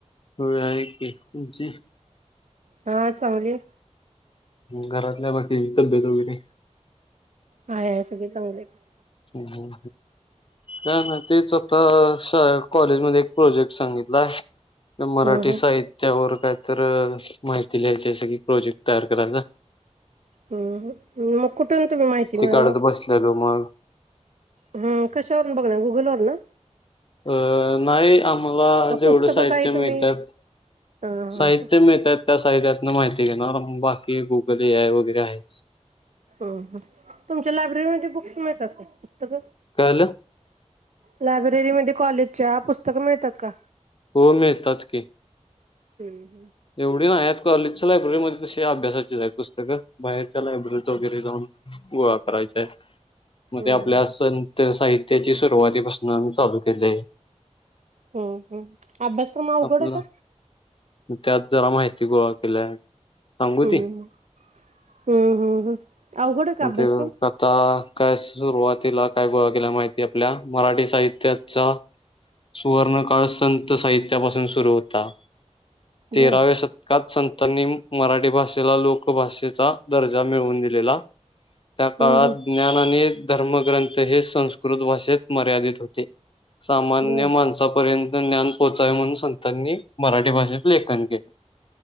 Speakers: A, on the left (about 45°); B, on the right (about 75°).
A: होय आहे की तुमची...
B: हा चांगली आहे.
A: घरातल्या बाकींची तब्येत वगैरे...
B: आहे -आहे सगळे चांगले आहेत.
A: अं -अं हां - हां तेच आता साहेब.... कॉलेज मध्ये एक प्रोजेक्ट सांगितला आहे. मराठी
B: हम्म हम्म
A: साहित्यावर काय तर माहिती लिहायचे सगळी की प्रोजेक्ट... तयार करायच आहे.
B: हम्म म्म मग कुठून तुम्ही माहिती मिळवलात.
A: काढत बसलेलो मग
B: हम्म कशावरून बघणार गुगल वरण
A: अ नाही आम्हाला
B: का
A: जेवढ
B: पुस्तकं
A: साहित्य
B: काही
A: मिळतात.
B: तुम्ही हा हा
A: साहित्य मिळतात त्या साहित्यातून माहिती घेणार बाकी बघू... वगैरे आहे.
B: हां तूमच्या लायब्ररीमध्ये बुक्स मिळतात का पुस्तक!
A: कळालं
B: लायब्ररीमध्ये कॉलेजच्या पुस्तक मिळतात का?
A: हो मिळतात की...
B: हम्म
A: एवढी नाही आहेत कॉलेजच्या लायब्ररीमध्ये - तशी अभ्यासाचेच आहे पुस्तकं बाहेरच्या लायब्ररीत वगैरे जाऊन करायचे आहे. मग
B: हम्म
A: आपल्या संत साहित्याची सुरुवातीपासून चालू केले आहे.
B: हम्म हम्म अभ्यासक्रम अवघड
A: आपला
B: आहे का?
A: त्यात जरा माहिती गोळा केल्या. सांगू
B: हम्म
A: ती
B: हम्म हम्म हम्म. अवघड आहे का
A: मग
B: अभ्यासक्रम?
A: ते आता काय सुरुवातीला काय गोळा केला माहिती आपल्या मराठी साहित्याचा सुवर्णकाळ संत साहित्यापासून सुरू होता. तेराव्या
B: बर
A: शतकात संत त्यांनी मराठी भाषेला लोकभाषेचा दर्जा मिळवून दिलेला त्या काळात
B: हम्म हम्म
A: ज्ञान आणि धर्मग्रंथ हे संस्कृत भाषेत मर्यादित होते. सामान्य
B: बर
A: माणसापर्यंत ज्ञान पोहोचावे म्हणून संतांनी मराठी भाषा लेखन केलं